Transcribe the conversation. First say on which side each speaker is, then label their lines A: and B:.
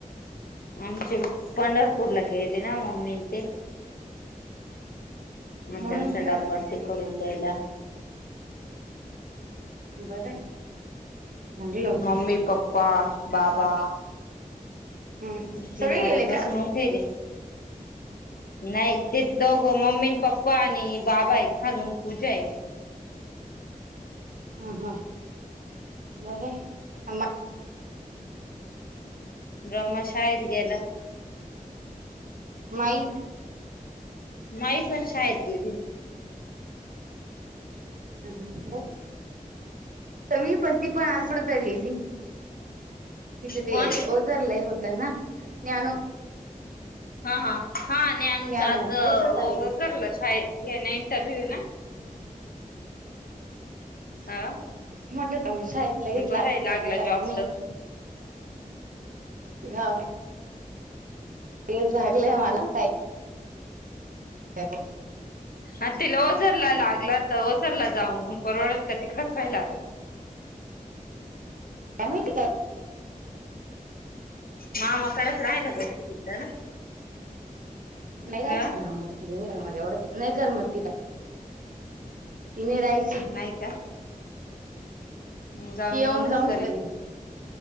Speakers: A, on the left; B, on the right.
A: आमचे पंढरपूरला गेले ना मम्मी न ते मग
B: म्हणून
A: त्यांचा
B: का
A: डब्बा न ते करून द्यायला
B: बरं आहे म्हणलं लवकर
A: मम्मी पप्पा बाबा
B: हम्म
A: म तीन
B: सगळे
A: वाजेपसून
B: गेले का
A: उठेले नाही ते दोघं मम्मीन
B: ह
A: पप्पा ्पा आणि बाबा ए खालून पूजाये
B: हम ह बरं आहे
A: ब्रह्म शाळेत गेला
B: माई
A: माई पण शाळेत गेलीये
B: ह हम ब. तर ममी पण ती पण आजथोड तरी गली तिथ ते.
A: कोण?
B: होारलाय होत ना नानु.
A: हा हा हा आणि अनुच
B: ज्ञानू
A: आज
B: ओझरला गेली
A: करलं शाळेत घ ना इंटरव्ह्यू ना. हा
B: मट तमशालंच
A: बरं
B: लागले
A: आहे
B: का
A: लागला
B: थोड टाइम
A: जॉब
B: नाही.
A: तर
B: हा लागलंय मला. हो
A: ह तिला ओझरला लागला तर ओझरला जाऊन परवडल का तिकडच राहिला ते.
B: त्या का.
A: मामाकडच राहिला बेसती तिकडं ना.
B: नाही राहायची
A: ह
B: नाम म एवढं नाही करमत.
A: <inaudible>
B: तिने राहायची.
A: नाही का जाऊन
B: ती येऊन
A: येऊनच
B: जाऊन
A: करेील.
B: करील